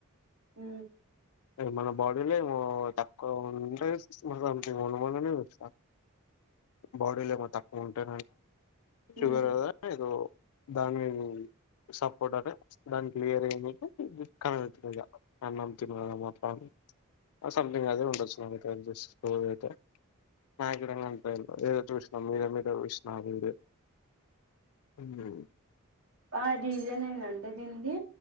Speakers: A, on the right (about 75°); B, on the left (about 75°).
A: హ
B: మన బాడీ లో ఏమో త అ మ మన వ <unintelligible> బాడీలో ఏమో తక్కువ ఉంటే
A: మ్మ్
B: షుగర్ కదా ఏదో దాని <unintelligible> సపోర్ట్ <unintelligible> దానికి వేరే ఏమంటే కనతు <unintelligible> అన్నం తినడం అట్లా అని ఆ సమ్థింగ్ అదే ఉండచ్చు నాకు తెలిసి ఓ అయితే <unintelligible> <inaudible> ఏదో చూసిన మీద మీదే చూసిన ఆ వీడియో ఉమ్.
A: ఆ రీజన్ ఎందంటే దీనిది